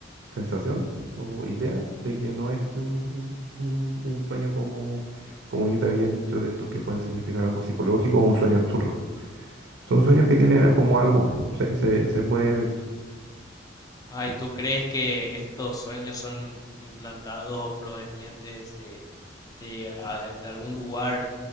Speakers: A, on the right; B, on the left.
A: sensación o idea de que no es un, un- un- un sueño como, como yo te había dicho de estos que pueden significar algo psicológico o un sueño absurdo. Son sueños que tienen como algo más. Se, se, se puede ver eso.
B: Ay,
A: Eje-
B: ¿tú crees que estos sueños son implantados o provenientes de, de, a- de algún lugar